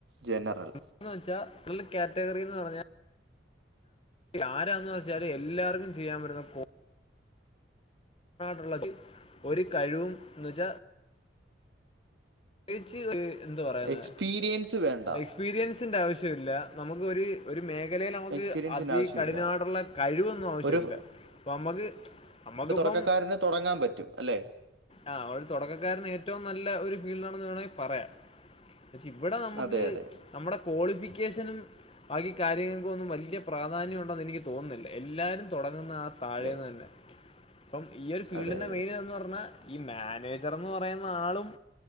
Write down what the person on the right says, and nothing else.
ജനറൽ.
എക്സ്പീരിയൻസ് വേണ്ട
എക്സ്പീരിയൻസിൻ്റെ
ആവശ്യമില്ല
ഒരു
തുടക്കാര്ന്ന് തുടങ്ങാൻ പറ്റും അല്ലെ.
അതെ അതെ
അതെ
അതെ അതെ